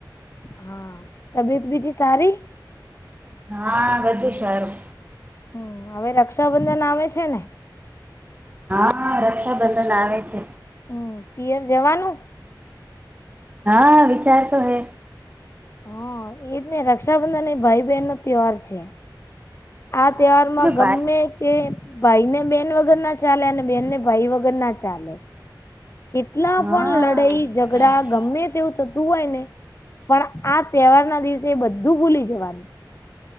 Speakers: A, on the left; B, on the right.
A: હા તબિયત બીજી સારી
B: હા, બધુ સારું.
A: હું હવે રક્ષાબંધન આવે છે, ને
B: હા રક્ષાબંધન આવે છે,
A: હું પિયર જવાનું
B: હા વિચાર તો હે
A: હા એજને રક્ષાબંધન એ ભાઈ બહેનનો તહેવાર છે,
B: એટલે
A: આ તહેવારમાં ગમે
B: ભાઈ
A: એ ભાઈને બેન વગરના ચાલે અને બેનને ભાઈ વગરના ચાલે, કેટલા
B: હા
A: પણ લડાઈ ઝઘડા
B: સારું
A: ગમે તેવું થતું હોય ને, પણ આ તહેવારના દિવસે બધું ભૂલી જવાનું,